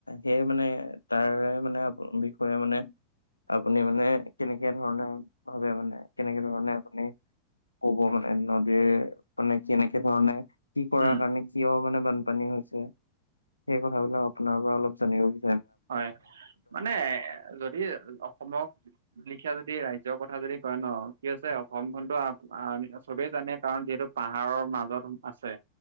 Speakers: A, on the left (about 80°); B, on the right (about 65°).
A: সেই মানে তাৰে মানে বিষয়ে মানে আপুনি মানে কেনেকে ধৰণে ভাবে মানে কেনেকে ধৰণে আপুনি কব মানে নদীৰ মানে কেনেকে ধৰণে কি কৰা
B: উম,
A: কাৰণে কিয় মানে বানপানী হৈছে সেই কথাবিলাক আপোনাৰ পৰা অলপ জানিব বিচ
B: হয় মানে যদি অসমক লিখা যদি ৰাজ্য কথা যদি কয় ন কি হৈছে অসমখনতো চবেই জানে কাৰণ যিহেতু পাহাৰৰ মাজত আছে